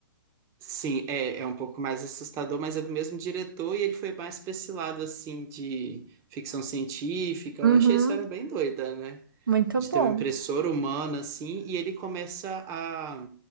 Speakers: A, on the right; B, on the right.
A: Sim, é, é um pouco mais assustador, mas é do mesmo diretor e ele foi mais pra esse lado, assim, de ficção científica.
B: Uhum.
A: Eu achei a história bem doida, né?
B: Muito
A: De
B: bom.
A: ter um impressor humano, assim, e ele começa a.